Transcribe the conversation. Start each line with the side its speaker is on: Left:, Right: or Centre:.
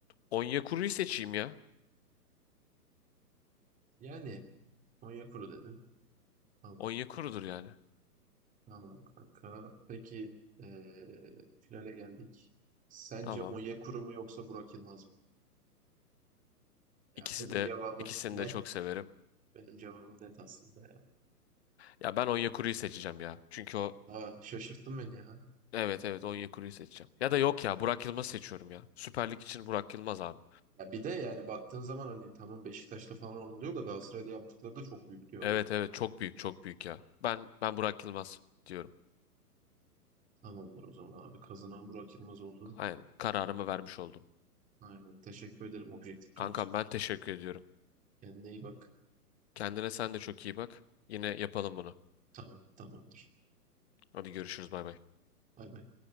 Left: Onyekuru'yu seçeyim ya.
Right: Yani Onyekuru dedim. Tamam,
Left: Onyekuru'dur yani.
Right: tamam kanka. Peki eee, finale geldik. Sence
Left: Tamam.
Right: Onyekuru mu yoksa Burak Yılmaz mı? Ya
Left: İkisi
Right: benim
Left: de
Right: cevabım
Left: ikisini
Right: net.
Left: de çok severim.
Right: Benim cevabım net aslında ya.
Left: Ya ben Onyekuru'yu seçeceğim ya. Çünkü o
Right: Aa, şaşırttın beni ya.
Left: evet evet Onyekuru'yu seçeceğim. Ya da yok ya Burak Yılmaz'ı seçiyorum ya. Süper Lig için Burak Yılmaz abi.
Right: Ya bir de yani baktığın zaman hani tamam Beşiktaş'ta falan anılıyor da Galatasaray'da yaptıkları da çok büyük diyor
Left: Evet
Right: Burak.
Left: evet çok büyük çok büyük ya. Ben ben Burak Yılmaz diyorum.
Right: Tamamdır o zaman abi. Kazanan Burak Yılmaz oldu.
Left: Aynen kararımı vermiş oldum.
Right: Aynen. Teşekkür ederim objektifliğin
Left: Kankam
Right: için.
Left: ben teşekkür ediyorum.
Right: Kendine iyi bak.
Left: Kendine sen de çok iyi bak. Yine yapalım bunu.
Right: Tamam, tamamdır.
Left: Hadi görüşürüz bay bay.
Right: Bay bay.